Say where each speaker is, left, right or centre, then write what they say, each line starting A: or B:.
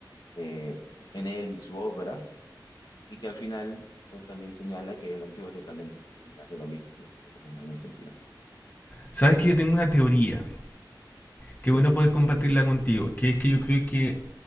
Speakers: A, on the left (about 65°); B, on the left (about 25°).
A: eh, en él y su obra Y que al final pues, también señala que el Antiguo Testamento también hace lo mismo, ¿no? En en algún sentido.
B: Sabes que yo tengo una teoría. Qué
A: Sí.
B: bueno poder compartirla
A: Y
B: contigo. Que es que yo creo que,